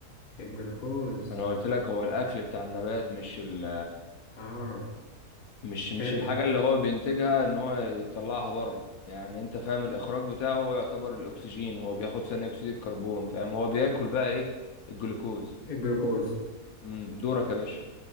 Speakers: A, on the left; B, on the left.
A: الجلوكوز
B: انا قلت لك هو الاكل بتاع النبات مش ال...
A: آه
B: مش مش
A: فهمتك
B: الحاجه اللي هو بينتجها ان هو يطلعها بره يعني انت فاهم الاخراج بتاعه هو يعتبر الاكسجين هو بياخد ثاني اكسيد الكربون فاهم هو بياكل بقى ايه الجلوكوز
A: الجلوكوز
B: امم دورك يا باشا